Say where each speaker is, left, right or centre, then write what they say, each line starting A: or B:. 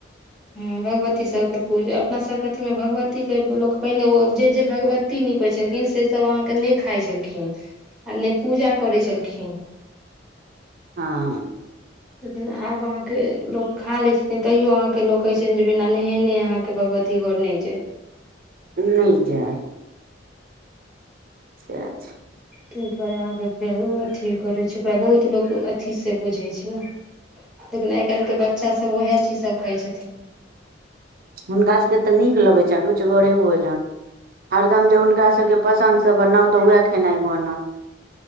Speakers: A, in the centre; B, on the right (about 50°).
A: हँ भगवती सभके पूजा अपना सभके अथीमे भगवते लोक पहिने जे जे भगवती कु नीपै छलखिन से सब अहाँके नइ खाइ छलखिन आ नइ पूजा करै छलखिन
B: हँ
A: लेकिन आब अहाँ के लोग खा लै छथिन तैयो अहां के लऽ कहे छ जे बिना नहेने अहा के भगवती घर नय छै
B: नय जाय सेएह छय
A: तहि दुआरे अहाँके वैयू अथी करैत छै ओकरा बहुत लोक अथीसँ बुझैत छय ने लेकिन आइ काल्हिके बच्चा सब उएह चीजसब खाइ छथिन
B: हुनका सबके तऽ नीक लगै छनि रुचगरे भोजन हरदम जे हुनका सबके पसन्दसँ बनाउ तऽ वएह खेनाइ बनत